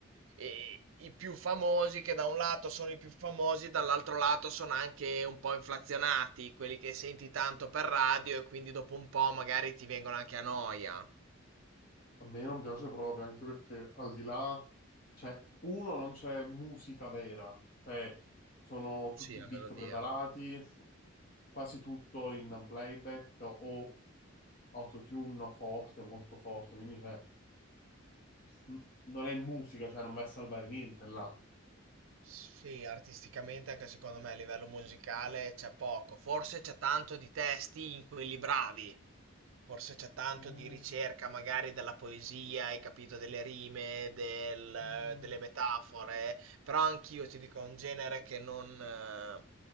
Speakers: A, on the right; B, on the left.
A: eh, i più famosi, che da un lato sono i più famosi, dall'altro lato sono anche un po' inflazionati, quelli che senti tanto per radio e quindi dopo un po' magari ti vengono anche a noia.
B: A me non piace proprio, anche perché al di là, cioè, uno, non c'è musica vera, cioè, sono tutti
A: Sì, la
B: beat
A: melodia.
B: preparati, quasi tutto in playback o autotune forte, molto forte, quindi cioè, n- non è musica, cioè, non va a salvare niente là.
A: Sì, artisticamente anche secondo me a livello musicale c'è poco, forse c'è tanto di testi in quelli bravi, forse c'è tanto
B: Eh,
A: di ricerca magari della poesia, hai capito, delle rime, del-
B: eh,
A: delle metafore, però anch'io ti dico è un genere che non... eh,